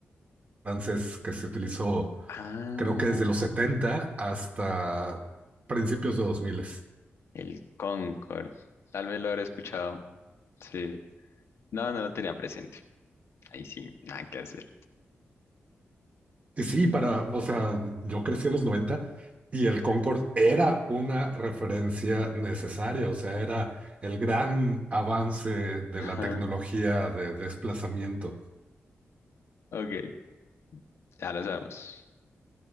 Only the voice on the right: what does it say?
francés que se utilizó
creo que desde los 70 hasta principios de 2000.
Y Sí,
para, o sea, yo crecí en los 90 y el Concorde era una referencia necesaria, o sea, era el gran avance de
la tecnología de desplazamiento.